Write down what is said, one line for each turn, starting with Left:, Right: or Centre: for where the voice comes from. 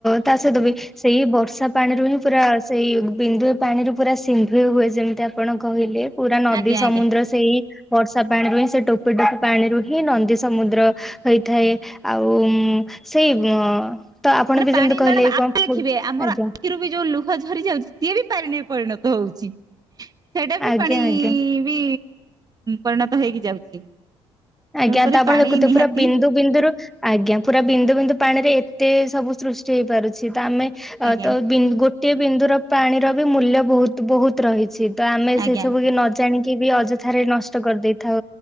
Centre: ତା ସହିତ ବି ସେଇ ବର୍ଷା ପାଣିରୁ ହିଁ ପୁରା ସେଇ ବିନ୍ଦୁଏ ପାଣିରୁ ପୁରା ସିନ୍ଧୁଏ ହୁଏ ଯେମିତି ଆପଣ କହିଲେ। ପୁରା ନଦୀ
Right: ଆଜ୍ଞା
Centre: ସମୁଦ୍ର
Right: ଆଜ୍ଞା
Centre: ସେଇ ବର୍ଷା ପାଣିରୁ ହିଁ ସେ ଟୋପେ-ଟୋପେ ପାଣିରୁ ହିଁ ନଦୀ ସମୁଦ୍ର ହୋଇଥାଏ, ଆଉ ସେଇ ହଁ ତ ଆପଣ
Right: ମାନେ
Centre: ବି
Right: ପାଣି
Centre: ଯେମ୍ତି କହିଲେ
Right: ମ୍ୟାଡାମ ଆଉ
Centre: <unintelligible>
Right: ଦେଖିବେ ଆମର
Centre: ଆଜ୍ଞା
Right: ଆଖିରୁ ବି ଯୋଉ ଲୁହ ଝରି ଯାଉଛି, ସିଏ ବି ପାଣିରେ ପରିଣତ ହଉଚି। ସେଇଟା ବି
Centre: ଆଜ୍ଞା
Right: ପାଣି
Centre: ଆଜ୍ଞା
Right: ବି ପରିଣତ ହେଇକି ଯାଉଛି।
Centre: ଆଜ୍ଞା
Right: ତେଣୁକରି
Centre: ତ ଆପଣ
Right: ପାଣି
Centre: ଦେଖୁଥିବେ,
Right: ନିହାତି
Centre: ପୁରା ବିନ୍ଦୁ ବିନ୍ଦୁ ରୁ ଆଜ୍ଞା ପୁରା ବିନ୍ଦୁ-ବିନ୍ଦୁ ପାଣି ରେ ଏତେ ସବୁ ସୃଷ୍ଟି ହେଇପାରୁଛି ତ ଆମେ ଆ
Right: ଆଜ୍ଞା
Centre: ତ ବି ଗୋଟିଏ ବିନ୍ଦୁର ପାଣିର ବି ମୂଲ୍ୟ ବହୁତ ବହୁତ ରହିଛି ତ ଆମେ
Right: ଆଜ୍ଞା
Centre: ସେ ସବୁକୁ ନ ଜାଣିକି ବି ଅଯଥାରେ ନଷ୍ଟ କରିଦେଇ ଥାଉ